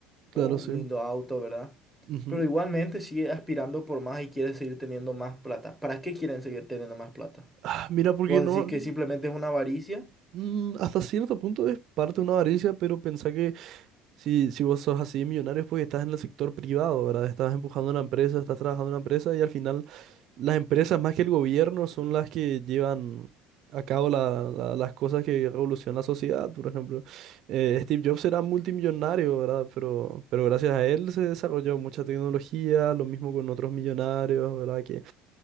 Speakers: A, on the right; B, in the centre.
A: Claro,
B: o un
A: sí.
B: lindo auto, ¿verdad?
A: Ujú.
B: Pero igualmente sigue aspirando por más y quiere seguir teniendo más plata. ¿Para qué quieren seguir teniendo más plata?
A: Ah, mira, porque
B: ¿Vos
A: no,
B: decís que simplemente es una avaricia?
A: mm, hasta cierto punto es parte de una avaricia, pero pensá que Si, si vos sos así millonario es porque estás en el sector privado, ¿verdad? Estás empujando una empresa, estás trabajando en una empresa y al final las empresas más que el gobierno son las que llevan a cabo la- la- las cosas que revolucionan la sociedad, por ejemplo. Eh, Steve Jobs era multimillonario, ¿verdad? Pero, pero gracias a él se desarrolló mucha tecnología, lo mismo con otros millonarios, ¿verdad? Que